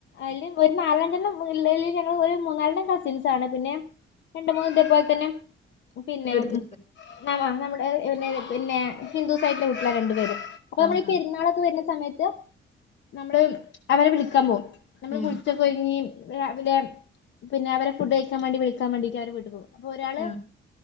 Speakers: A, on the left; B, on the left.
A: അയൽ ഒരു നാലചണ്ണം ഉള്ളെൽ ഞങ്ങൾ മൂന്നാലെണ്ണം കസിൻസ് ആണ് പിന്നെ രണ്ട് മൂന്ന് ഇതെ പോലെ തന്നെ പിന്നെ
B: എടുത്തെടുത്ത്
A: ആ നമ്മുടെ പി പിന്നെ ഹിന്ദുസായിട്ട് വീട്ടിലെ രണ്ടുപേര് അപ്പൊ നമ്മള്
B: ആ
A: ഈ
B: ആ
A: പെരുന്നാളൊക്കെ വര്ണ സമയത്ത് നമ്മള് അവരെ വിളിക്കാൻ പോകും നമ്മള്
B: ഉം
A: കുളിച്ചൊക്കെ ഒരുങ്ങി രാവിലെ പിന്നെ അവരെ ഫുഡ് കഴിക്കാൻ വേണ്ടി വിളിക്കാൻ വാണ്ടിട്ട് അവര് വീട്ടി പോകും അപ്പൊ ഒരാള്
B: ആ